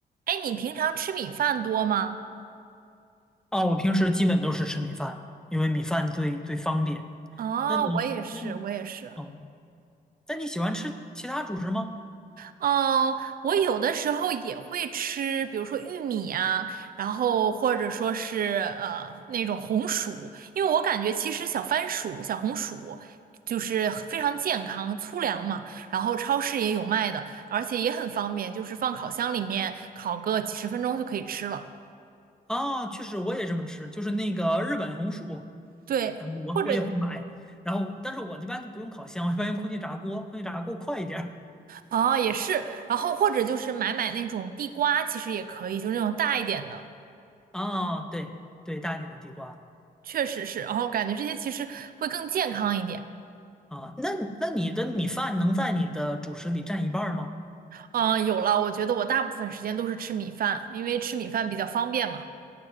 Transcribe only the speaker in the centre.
啊，我平时基本都是吃米饭，因为米饭最最方便。
那你那
哦，那你喜欢吃其他主食吗？
啊，确实我也这么吃，就是那个日本红薯，
然后我我也会买，
然后但是我一般就不用烤箱，我一般用空气炸锅，空气炸锅快一点儿。
啊，对对，大一点的地瓜
啊，那那你的米饭能在你的主食里占一半儿吗？